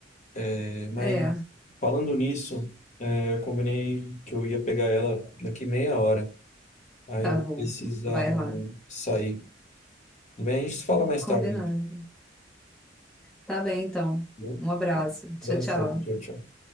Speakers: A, on the left (about 40°); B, in the centre.
A: É, mas
B: É,
A: falando nisso, é, eu combinei que eu ia pegar ela daqui meia hora. Aí
B: tá
A: eu vou
B: bom.
A: precisar
B: Vai lá.
A: sair. Tudo bem, a gente se fala mais
B: Combinado.
A: tarde. então.
B: Tá bem, então.
A: Viu?
B: Um abraço. Tchau,
A: Abração,
B: tchau.
A: tchau, tchau.